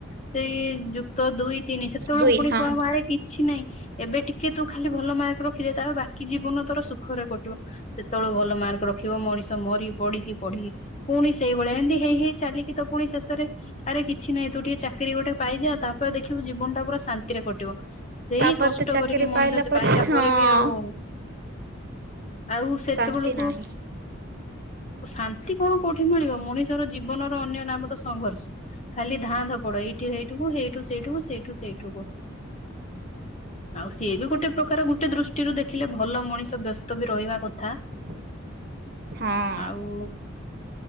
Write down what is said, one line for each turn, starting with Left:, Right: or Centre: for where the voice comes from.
Left: ସେଇ ଯୁକ୍ ତ ଦୁଇ ତିନି ସେତେବେଳକୁ
Right: ଦୁଇ
Left: ପୁଣି
Right: ହଁ
Left: କଣ ବାହାରେ କିଛି ନହିଁ ଏବେ ଟିକେ ତୁ ଖାଲି ଭଲ ମାର୍କ ରଖିଦେ ତାହେ ବାକି ଜୀବନ ତୋର ସୁଖରେ କଟିବ। ସେତେବେଳଳେ ଭଲ ମାର୍କ ରଖିବ ମଣିଷ ମରି ପଢିକି ପଢି ପୁଣି ସେଇଭଳିଆ ଏମିତି ହେଇ ହେଇ ଚାଲିକି ତ ପୁଣି ସେ ଆରେ କିଛି ନାହିଁ ତୁ ଟିକେ ଚାକିରି ଗୋଟେ ପାଇଯା ତାପରେ ଦେଖିବୁ ଜୀବନ ଟା ପୁରା ଶାନ୍ତିରେ କଟିବ। ସେଇ
Right: ତାପରେ
Left: କଷ୍ଟ
Right: ତ ଚାକିରି
Left: କରିକି ମଣିଷ ପାଇଲା
Right: ହଁ
Left: ପରେ ବି ଆଉ ଆଉ ସେତେବେଳକୁ
Right: ଶାନ୍ତି ନାହିଁ।
Left: ଶାନ୍ତି କଣ କୋଉଠି ମିଳିବ ମଣିଷର ଜୀବନର ଅନ୍ୟ ନାମ ତ ସଂଘର୍ଷ ଖାଲି ଧାଁ ଧପଡ ଏଇଠୁ ହେଇଠୁକୁ ହେଇଠୁ ସେଇଠୁକୁ ସେଇଠୁ ସେଇଠୁକୁ। ଆଉ ସିଏ ବି ଗୋଟେ ପ୍ରକାର ଗୋଟେ ଦୃଷ୍ଟିରୁ ଦେଖିଲେ ଭଲ ମଣିଷ ବ୍ୟସ୍ତ ବି ରହିବା କଥା।
Right: ହଁ।
Left: ଆଉ